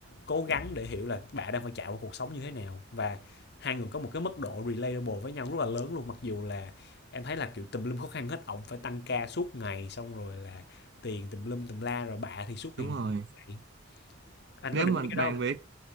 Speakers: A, on the left; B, on the right.
A: cố gắng để hiểu là bà đang phải trải qua cuộc sống như thế nào và hai người có một cái mức độ relatable với nhau rất là lớn luôn mặc dù là em thấy là kiểu tùm lum khó khăn hết ông phải tăng ca suốt ngày xong rồi là tiền tùm lum tùm la rồi bà thì suốt
B: đúng
A: ngày ngủ
B: rồi.
A: như vậy anh
B: Nếu
A: có để
B: mà
A: ý cái
B: bàn
A: đó không
B: về